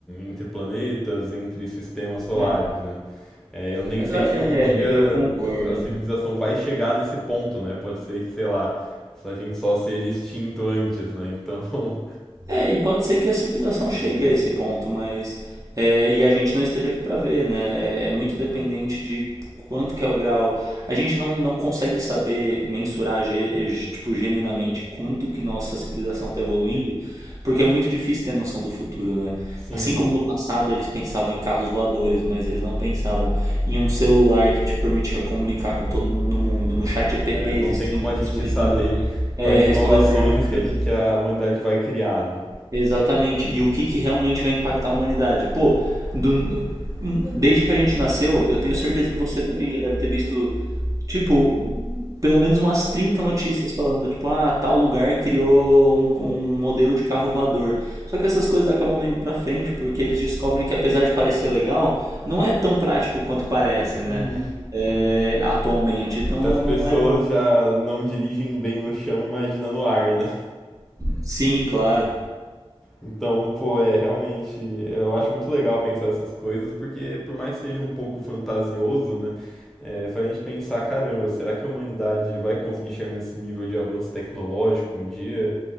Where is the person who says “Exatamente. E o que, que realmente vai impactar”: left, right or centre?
Right